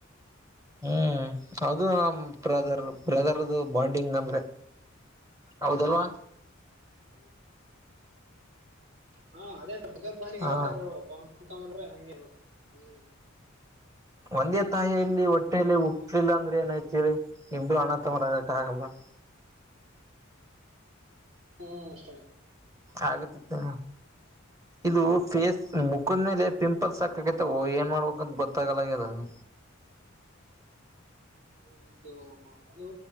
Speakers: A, on the right (about 15°); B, on the right (about 65°).
A: ಹ್ಮ್ ಅದು ಬ್ರದರ್ ಬ್ರದರ್ದು ಬಾಂಡಿಂಗ್ ಅಂದ್ರೆ ಹೌದಲ್ವಾ
B: ಹೌದು ಹಾ ಅದೇ ಬದರ್ಪಾಣಿಗೆ
A: ಹಾ
B: ಅದೇ ತರಪಾ <unintelligible> ಹಂಗಿರ್ಬೇಕು ಹ್ಮ್
A: ಒಂದೇ ತಾಯಿಯ ಇಲ್ಲಿ ಹೊಟ್ಟೇೆಯಲ್ಲಿ ಹಟ್ಲಿಲ್ಲ ಅಂದ್ರೆ ಏನಾಯ್ತಿರಿ ಇಮರು ಅಣ ತಮರ ಆಗಕ ಆಗಲ್ಲ <inaudible>
B: ಹ್ಮ ಅಷ್ಟ
A: ಆಗುತ್ತಿತ್ತು ಇದು ಫೇಸ್ ಮುಖದ ಮೇಲೆ ಪಿಂಪಲ್ಸ್ ಹಕಕೈತ ಏನ್ ಮಾಡ್ಬೇಕಂತ ಗೊತ್ತಾಗಲ್ಲಾಗದ ಹ
B: ಒಂದು ಅದು